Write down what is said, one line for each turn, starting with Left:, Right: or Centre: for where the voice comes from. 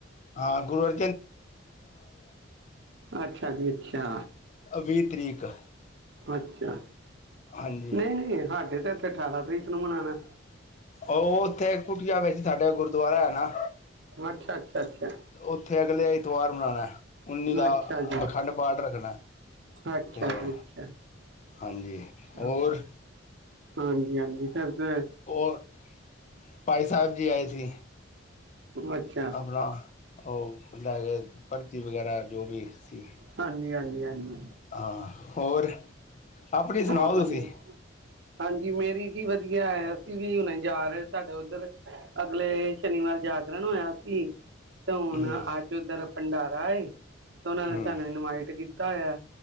Left: ਹਾਂ ਗੁਰ
Right: ਅੱਛਾ ਜੀ ਅੱਛਾ
Left: ਵੀਹ ਤਰੀਕ
Right: ਅੱਛਾ,
Left: ਹਾਂਜੀ
Right: ਨਹੀਂ-ਨਹੀਂ ਸਾਡੇ ਤੇ ਇੱਥੇ ਅਠਾਰਾਂ ਤਰੀਕ ਨੂੰ ਮਨਾਉਣਾ
Left: ਉਹ ਉੱਥੇ ਕੁਟਿਆ ਵਿੱਚ ਸਾਡੇ ਗੁਰਦੁਆਰਾ ਹੈਨਾ
Right: ਅੱਛਾ ਅੱਛਾ ਅੱਛਾ
Left: ਉੱਥੇ ਅਗਲੇ ਐਤਵਾਰ ਮਨਾਉਣਾ, ਉੱਨੀ ਦਾ
Right: ਅੱਛਾ ਜੀ
Left: ਅਖੰਡ ਪਾਠ ਰੱਖਣਾ
Right: ਅੱਛਾ
Left: ਤੇ ਉਹ
Right: ਜ ਅੱਛਾ
Left: ਹਾਂਜੀ ਹੋਰ
Right: ਅਾ ਹਾਂਜੀ ਹਾਂਜੀ, ਫਿਰ ਤੇ
Left: ਔਰ ਭਾਈ ਸਾਹਿਬ ਜੀ ਆਏ ਸੀ
Right: ਅੱਛਾ
Left: ਆਪਣਾ ਉਹ ਲੈ ਕੇ, ਪਰਚੀ ਵਗੈਰਾ ਜੋ ਵੀ ਸੀ
Right: ਹਾਂਜੀ ਹਾਂਜੀ ਹਾਂਜੀ
Left: ਹਾਂ ਹੋਰ, ਆਪਣੀ ਸੁਣਾਓ
Right: ਹੋਰ ਵਧੀਆ
Left: ਤੁਸੀਂ
Right: ਹਾਂਜੀ ਮੇਰੀ ਕੀ ਵਧੀਆ ਹੈ, ਅਸੀਂ ਵੀ ਹੁਣੇ ਜਾ ਰਹੇ ਸਾਡੇ ਉੱਧਰ ਅਗਲੇ ਸ਼ਨੀਵਾਰ ਜਾਗਰਣ ਹੋਇਆ ਸੀ ਤੇ ਹੁਣ
Left: ਹਮ
Right: ਅੱਜ, ਉੱਧਰ ਭੰਡਾਰਾ ਏ ਤੇ ਉਹਨਾਂ ਨੇ
Left: ਹਮ
Right: ਸਾਨੂੰ ਇਨਵਾਈਟ ਕੀਤਾ ਹੋਇਆ,